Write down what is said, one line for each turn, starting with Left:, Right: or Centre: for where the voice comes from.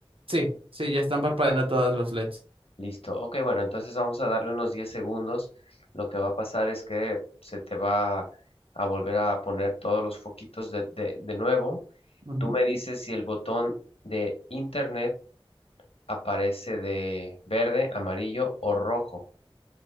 Right: Sí, sí, ya están parpadeando todos los LEDs.
Left: Listo. Ok, bueno, entonces vamos a darle unos 10 segundos. Lo que va a pasar es que se te va a volver a poner todos los foquitos de, de, de nuevo.
Right: ujú.
Left: Tú me dices si el botón de internet aparece de verde, amarillo o rojo.